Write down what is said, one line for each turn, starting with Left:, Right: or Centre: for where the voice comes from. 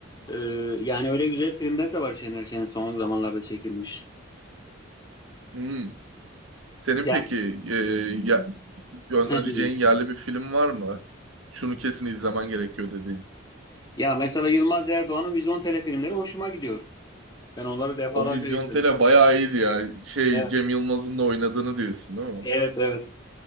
Left: Ee, yani öyle güzel filmler de var Şener Şen'in son zamanlarda çekilmiş.
Right: Hmm. Senin
Left: Ya
Right: peki e, ya, önereceğin
Left: ne diyeyim?
Right: yerli bir film var mı? Şunu kesin izlemen gerekiyor dedi.
Left: Ya mesela Yılmaz Erdoğan'ın Vizyon filmleri hoşuma gidiyor. Ben onları defalarca
Right: O Vizyon
Left: izledim.
Right: Tele bayağı iyiydi ya. Şey
Left: Evet.
Right: Cem Yılmaz'ın da oynadığını diyorsun değil mi?
Left: Evet, evet.